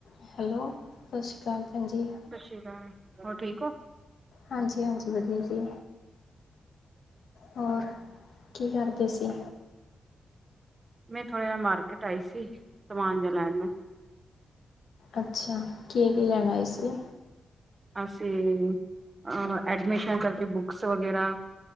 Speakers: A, on the left; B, on the right.
A: ਹੈਲੋ, ਸਤਿ ਸ਼ੀ ਕਾਲ ਭੈਣ ਜੀ।
B: ਸਤਿ ਸ਼੍ਰੀ ਅਕਾਲ ਹੋਰ ਠੀਕ ਹੋ।
A: ਹਾਂਜੀ ਹਾਂਜੀ, ਵਧੀਆ ਜੀ। ਹੋਰ ਕੀ ਕਰਦੇ ਸੀ।
B: ਮੈਂ ਥੋੜ੍ਹਾ ਜਾ ਮਾਰਕੀਟ ਆਈ ਸੀ। ਸਮਾਨ ਜਾ ਲੈਣ ਨੂੰ
A: ਅੱਛਾ, ਕੀ ਕੀ ਲੈਨ ਆਏ ਸਿਗੇ?
B: ਅਸੀਂ ਅ ਐਡਮਿਸ਼ਨ ਕਰਕੇ ਬੁੱਕਸ ਵਗੈਰਾ